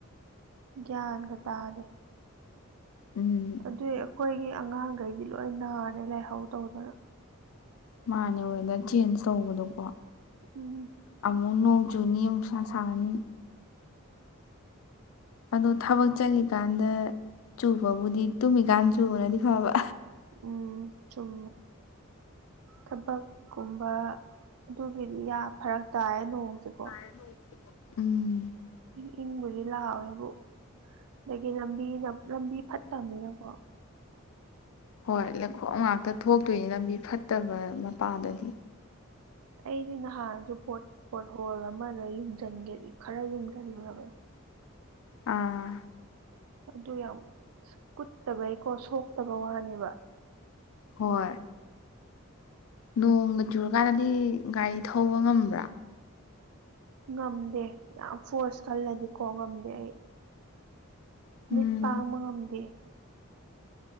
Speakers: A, on the right; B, on the left.
A: ꯒ꯭ꯌꯥꯟꯒ ꯇꯥꯗꯦ
B: ꯎꯝ
A: ꯑꯗꯨꯏ ꯑꯩꯈꯣꯏꯒꯤ ꯑꯉꯥꯡꯒꯩꯗꯤ ꯂꯣꯏ ꯅꯥꯔꯦ ꯂꯥꯏꯍꯧ ꯇꯧꯗꯅ
B: ꯃꯥꯅꯦ ꯋꯦꯗꯔ ꯆꯦꯟꯖ ꯇꯧꯕꯗꯣꯀꯣ
A: ꯎꯝ
B: ꯑꯃꯨꯛ ꯅꯣꯡ ꯆꯨꯅꯤ ꯑꯃꯨꯛ ꯁꯥ ꯁꯥꯅꯤ ꯑꯗꯣ ꯊꯕꯛ ꯆꯠꯂꯤꯀꯥꯟꯗ ꯆꯨꯕꯕꯨꯗꯤ ꯇꯨꯝꯃꯤꯀꯥꯟ ꯆꯨꯕꯅꯗꯤ ꯐꯕ
A: ꯎꯝ ꯆꯨꯝꯃꯦ ꯊꯕꯛ ꯀꯨꯝꯕ ꯑꯗꯨꯒꯤꯗꯤ ꯌꯥꯝ ꯐꯔꯛ ꯇꯥꯏ ꯅꯣꯡꯁꯦꯀꯣ
B: <inaudible> ꯎꯝ
A: ꯏꯪ ꯏꯪꯕꯨꯗꯤ ꯂꯥꯎꯋꯦꯕꯨ ꯑꯗꯒꯤ ꯂꯝꯕꯤꯅ ꯂꯝꯕꯤ ꯐꯠꯇꯕꯅꯤꯅꯀꯣ
B: ꯍꯣꯏ ꯂꯩꯈꯣꯝ ꯉꯥꯛꯇ ꯊꯣꯛꯇꯣꯏꯅꯤ ꯂꯝꯕꯤ ꯐꯠꯇꯕ ꯃꯄꯥꯗꯗꯤ
A: ꯑꯩꯗꯤ ꯅꯍꯥꯟꯁꯨ ꯄꯣꯠ ꯄꯣꯠ ꯍꯣꯜ ꯑꯃꯗ ꯌꯨꯡꯖꯟꯒꯦ ꯈꯔ ꯌꯨꯡꯖꯜꯂꯨꯔꯕꯅꯦ
B: ꯑꯥ
A: ꯑꯗꯨ ꯌꯥꯝ ꯀꯨꯠꯇꯕꯩꯀꯣ ꯁꯣꯛꯇꯕ ꯋꯥꯅꯦꯕ
B: ꯍꯣꯏ ꯅꯣꯡꯒ ꯆꯨꯔꯀꯥꯟꯗꯗꯤ ꯒꯥꯔꯤ ꯊꯧꯕ ꯉꯝꯕ꯭ꯔꯥ
A: ꯉꯝꯗꯦ ꯌꯥꯝ ꯐꯣꯔꯁ ꯀꯜꯂꯗꯤꯀꯣ ꯉꯝꯗꯦ ꯑꯩ
B: ꯎꯝ
A: ꯃꯤꯠ ꯄꯥꯡꯕ ꯉꯝꯗꯦ